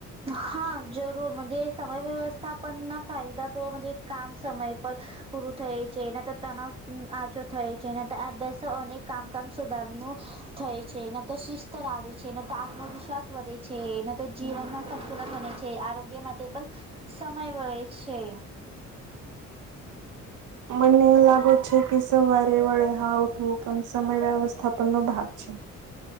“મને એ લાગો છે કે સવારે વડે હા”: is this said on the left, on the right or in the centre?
Right